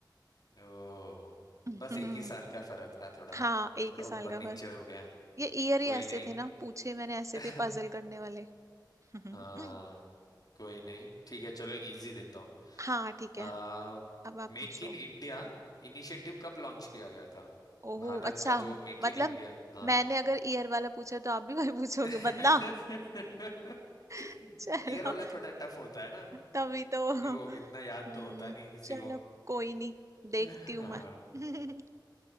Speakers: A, on the left (about 55°); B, on the right (about 40°).
A: ओ
B: <laughs>
A: बस एक ही साल का फर्क था थोड़ा
B: हाँ एक
A: थोड़ा
B: ही साल
A: ऊपर
B: का
A: नीचे
B: फर्क
A: हो गया
B: ये ईयर
A: कोई
B: ही ऐसे
A: नहीं
B: थे ना पूछे मैंने ऐसे
A: <laughs>
B: थे पजल करने वाले <laughs> हम्म
A: हाँ कोई नहीं ठीक है चलो एक इजी देता हूँ
B: हाँ ठीक है
A: आ
B: अब आप
A: मेक
B: पूछो
A: इन इंडिया इनिशिएटिव कब लॉन्च किया गया था
B: ओहो
A: भारत
B: अच्छा
A: का जो मेक
B: मतलब
A: इन इंडिया हाँ
B: मैंने अगर ईयर वाला पूछा तो आप भी वही पूछोगे
A: <laughs>
B: बदला <laughs> चलो
A: ईयर वाला थोड़ा टफ होता है ना
B: तभी तो
A: क्योंकि
B: हम्म
A: वो इतना याद तो होता नहीं है किसी
B: चलो
A: को
B: कोई नहीं देखती
A: <laughs>
B: हूँ
A: हाँ
B: मैं <laughs>